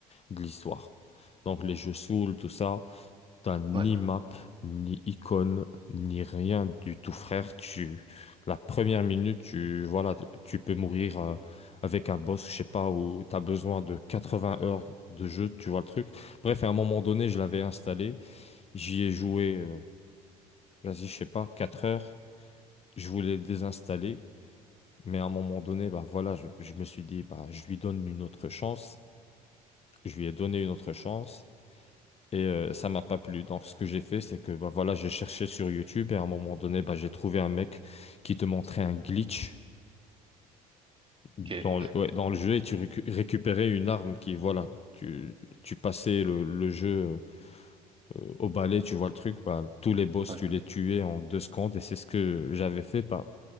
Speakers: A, on the left; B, on the right.
A: de l'histoire. Donc les jeux Souls, tout ça, t'as ni
B: Ouais,
A: map, ni icône, ni rien du tout, frère. Tu, la première minute, tu, voilà, tu tu peux mourir euh, avec un boss, je sais pas, où t'as besoin de 80 heures de jeu, tu vois le truc. Bref, à un moment donné, je l'avais installé, j'y ai joué, euh, vas-y, je sais pas, 4 heures je voulais le désinstaller, mais à un moment donné, bah voilà, je, je me suis dit, bah je lui donne une autre chance. Je lui ai donné une autre chance et euh, ça m'a pas plu. Donc ce que j'ai fait, c'est que bah voilà, j'ai cherché sur YouTube et à un moment donné, bah j'ai trouvé un mec qui te montrait un glitch dans
B: ok.
A: le, ouais, dans le jeu et tu récu- récupérais une arme qui, voilà, tu, tu passais le, le jeu euh, au balai, tu vois le truc, bah tous les boss,
B: Ouais,
A: tu les tuais en deux secondes et c'est ce que j'avais fait. Bah,